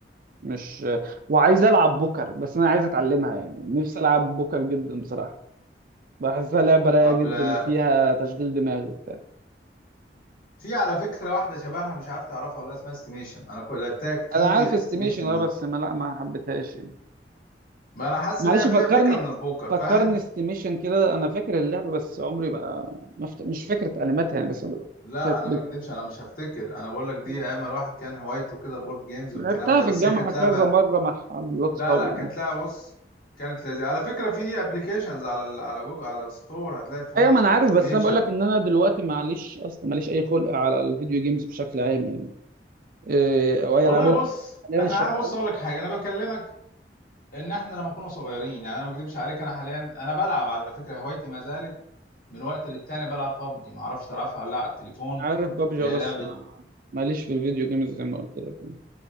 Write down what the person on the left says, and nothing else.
طب
لا-
في على فكرة واحدة شبهها مش عارف تعرفها ولا اسمها استيميشن انا كل لعبتها كتير
استيميشن
دي
ما انا حاسس
ان هي
فيها فكرة من البوكر
فاهم
لا
انا ما اكدبش انا مش هفتكر انا بقول لك دي
ايام الواحد كان هوايته كده البورد جيمز
والكلام ده
بس
هي كانت
لعبة
لا
لا كانت
لعبة بص كانت لذيذة على فكرة في ابلكيشنز على ال- على جوجل على ستور هتلاقي فيه
استيميشن
والله
بص
احنا
انا بص اقول لك حاجة انا بكلمك ان احنا لما كنا صغيرين يعني انا ما اكذبش عليك انا حاليا انا بلعب على فكره هوايتي ما زالت من وقت للتاني بلعب بابجي ما اعرفش تلعبها ولا لا على التليفون
اللي
هي لعبه